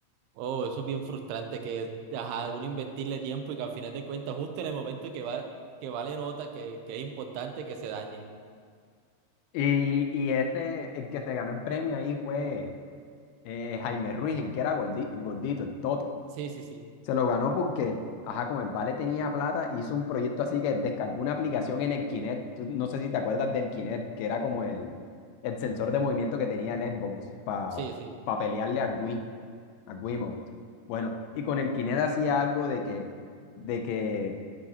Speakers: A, on the right (about 85°); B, on the left (about 80°).
A: Oh, eso es bien frustrante que, ajá, uno invertirle tiempo y que al final de cuentas, justo en el momento que va, que vale nota, que, que es importante que se dañe.
B: Y, y este, el que se ganó el premio ahí fue eh, Jaime Ruiz, el que era gordi- gordito, el Toto.
A: Sí, sí, sí,
B: Se lo ganó porque, ajá, como el Vale tenía plata, hizo un proyecto así que descargó una aplicación en el Kinect. Tú- no sé si te acuerdas del Kinect, que era como el, el sensor de movimiento que tenía el Xbox para
A: sí, sí,
B: pelearle a Wii, a Wiimote. Bueno, y con el Kinect hacía algo de que, de que